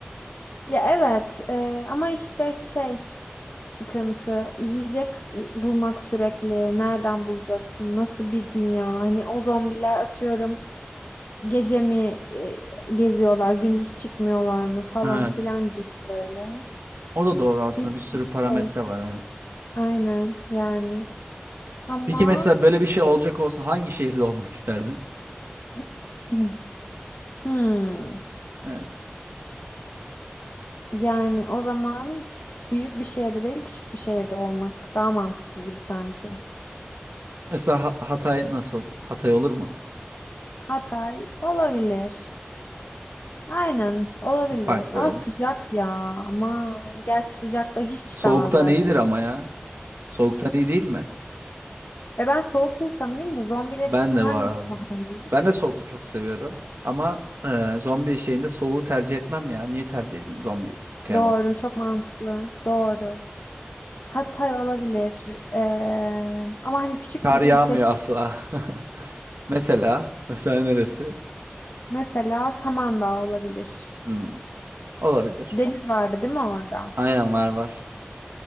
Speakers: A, on the left; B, on the right.
A: Ya evet e, ama işte şey sıkıntı. Yiyecek bulmak sürekli. Nereden bulacaksın? Nasıl bir dünya? Hani o zombiler atıyorum. Gece mi e, geziyorlar? Gündüz çıkmıyorlar mı? Falan
B: Evet.
A: filan gibi böyle.
B: O da doğru aslında
A: Bir
B: bir sürü
A: sürü
B: parametre
A: şey.
B: var evet.
A: Aynen yani. Ama
B: Peki mesela böyle bir şey olacak olsa hangi şehirde olmak isterdin?
A: e, <clears throat> hmm,
B: Evet.
A: yani o zaman büyük bir şehirde değil küçük bir şehirde olmak daha mantıklı gibi sanki.
B: Mesela Ha- Hatay nasıl? Hatay olur mu?
A: Hatay olabilir. Aynen olabilir
B: Bu Fark böyle.
A: ama sıcak ya ama gerçi sıcakta hiç çıkamazlar
B: Soğuktan iyidir
A: zaten.
B: ama ya. Soğuktan iyi değil mi?
A: Ve ben soğuk insanıyım da zombiler
B: Ben
A: için
B: de
A: hangisi
B: bu arada.
A: daha iyi?
B: Ben de soğuk çok seviyorum. Ama e, zombi şeyinde soğuğu tercih etmem ya. Niye tercih edeyim zombi kıyameti?
A: Doğru çok mantıklı doğru. Hatay olabilir Ee, ama hani küçük
B: Kar
A: bir
B: yağmıyor
A: ilçesi
B: asla. <laughs> Mesela. Mesela neresi?
A: mesela Samandağ olabilir.
B: Hmm, olabilir.
A: Deniz vardı değil mi orada?
B: Aynen var var.